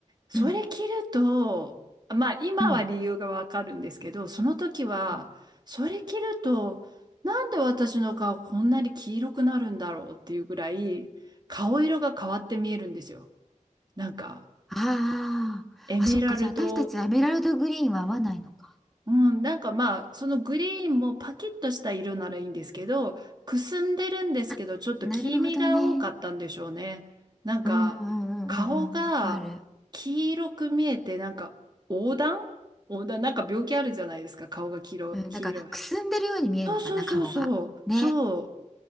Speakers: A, on the right; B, in the centre.
A: それ着ると、
B: うん
A: まあ今は理由がわかるんですけど、
B: うん
A: その時は、
B: うん
A: それ着ると、なんで私の顔こんなに黄色くなるんだろうっていうぐらい、顔色が変わって見えるんですよ。なんか、
B: あーあそっかじゃあ私たちはエメラルドグリーンは合わないのか
A: エメラルドうん、なんかまあ、そのグリーンもパキッとした色ならいいんですけど、くすんでるんですけど、
B: あなるほどね
A: ちょっと黄身が多かったんでしょうね。なんか、
B: うんうんうんうんうんわかる
A: 顔が黄色く見えて、なんか、黄疸黄疸、なんか病気あるじゃないですか、顔が黄色、
B: うんだからくすんでるように見えるのかな顔がね
A: 黄色い。そうそうそうそう、そう。